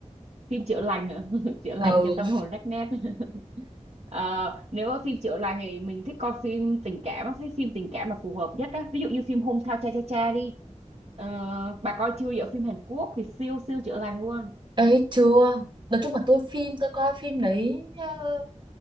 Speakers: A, on the right (about 55°); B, on the right (about 40°).
A: phim chữa lành hả? <laughs> chữa lành
B: ừ
A: cho tâm hồn rách nét <laughs> Ờ, nếu mà phim chữa lành thì mình thích coi phim tình cảm á, phim phim tình cảm là phù hợp nhất á ví dụ như phim Hôn Thao Cha Cha Cha đi Ờ, bà coi chưa giờ phim Hàn Quốc thì siêu siêu chữa lành luôn
B: ấy chưa Nói chung là tôi phim tôi coi phim đấy ờ,